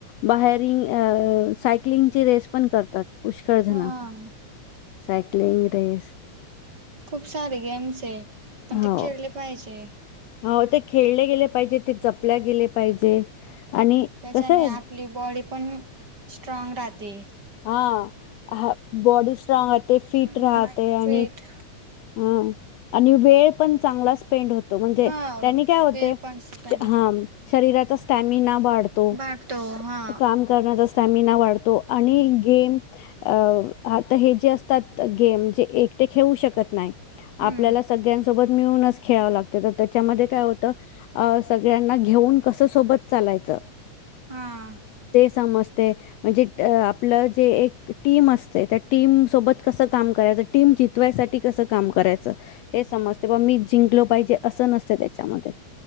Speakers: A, on the left (about 75°); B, on the right (about 35°).
A: बाहेरिंग अं साय क्लिंग ची रेस पण करतात. पुष्कळजण
B: हा
A: सैक्लींग रेस
B: खूप सारे गेम्स ते पण
A: हो
B: ते खेळले पाहिजे.
A: हो ते खेळले गेले पाहिजे ते जपल्या गेले पाहिजे आणि
B: त्याच्याने
A: कसं
B: आपली बॉडी पण स्ट्राँग राहते.
A: हां. अ बॉडी स्ट्राँग ते फिट
B: माइंड
A: राहते आणि
B: फिट
A: ह आणि वेळ पण चांगला स्पेंड होता म्हणजे
B: हा
A: त्यांनी काय होते
B: वेळ पण स्पेंड
A: ह शरीरा स्टमिना वाढतो
B: वाढतो हा
A: काम करण्याचा स्टमिना वाढतो आणि अ आता हे जे असतात गेम जे एकटे खेळू शकत नाही
B: हम्म
A: आपल्याला सगळ्यांच सोबत मिळूनच खेळावं लागते तर त्याच्यामध्ये काय होतं सगळ्यांना घेऊन कस सोबत चालायचं
B: हां
A: समजते ते म्हणजे अं आपलं जे एक टीम असते त्या टीम सोबत कसं काम करायचं टीम जितवायसाठी कसं काम करायचं हे समजते बा मी जिंकलो पाहिजे असं नसतं त्याच्यामध्ये